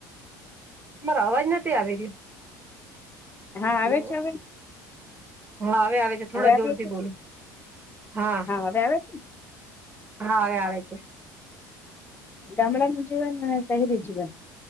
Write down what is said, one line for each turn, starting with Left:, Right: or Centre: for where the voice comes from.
Right: મારા અવાજ નથી આવી રહ્યો.
Left: હા
Right: હેલો
Left: આવે છે હવે?
Right: હા હવે આવે છે થોડા
Left: હવે આવે
Right: જોર થી
Left: છે?
Right: બોલો હા
Left: હા આવે છે ને
Right: હાવે આવે છે
Left: ગામડાનુંું જીવન અને શહેરી જીવન